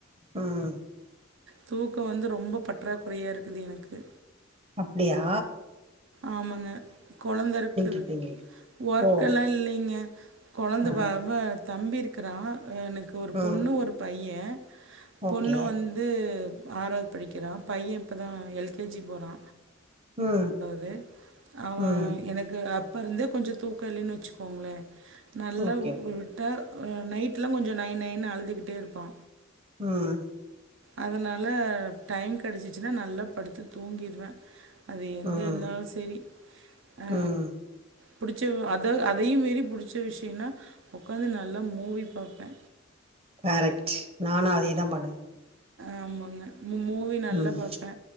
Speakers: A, on the right; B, on the right.
A: ம்
B: தூக்கோ வந்து ரொம்ப பற்றாக்குறையா இருக்குது எனக்கு
A: அப்படியா
B: ஆமாங்க கொழந்த இருக்குது
A: இருப்பீங்க
B: ஒர்க்க
A: ஓ
B: எல்லா இல்லைங்க கொழந்த
A: ஆ
B: வ வ தம்பி இருக்கிறா எனக்கு ஒரு
A: ம்
B: பொண்ணு ஒரு பைய பொண்ணு
A: ஓகே
B: வந்து ஆறாவ்து படிக்கிறா பைய இப்பதா எல் கே ஜி போறா
A: ம்
B: வே அவ
A: ம்
B: எனக்கு அப்ப இருந்தே கொஞ்ச தூக்க இல்லன்னு வச்சுக்கோங்களே நல்லா
A: ஓகே
B: உ உட்டா நைட்டலா கொஞ்ச நைன் நைன்னு அழுதுக்கிட்டே இருப்பா
A: ம்
B: அதனால டைம் கிடச்சிச்சுன்னா நல்லா படுத்து தூங்கிர்வே அது எங்க
A: ம்
B: இருந்தாலு செரி ஆ
A: ம்
B: புடிச்ச அத அதையு மீறி புடிச்ச விஷயன்னா உக்காந்து நல்லா மூவி பாப்பே
A: கரெக்ட்டு நானு அதே தா பண்ணுவே
B: ஆமாங்க மு மூவி நல்லா
A: ம்
B: பாப்பே